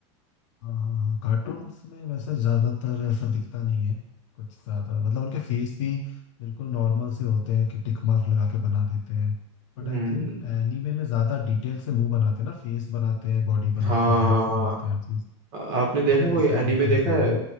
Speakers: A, on the left; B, on the right.
A: हाँ हाँ हाँ कार्टून्स में वैसे ज्यादातर ऐसा दिखता नहीं है कुछ ज्यादा मतलब उनके फेस भी बिल्कुल नॉर्मल से होते हैं कि टिक मार्क लगा के बना देते हैं
B: हम्म
A: बट आई थिंक एनीमे में ज्यादा डिटेल से मुंह बनाते हैं ना फेस बनाते हैं बॉडी बनाते
B: हाँ हाँ
A: हैं ध्यान से
B: हाँ
A: बनाते हैं हर चीज
B: आ- आपने देखा
A: तो शायद
B: कोई
A: इसलिए
B: एनीमे
A: डिफरेंस
B: देखा
A: होगा
B: है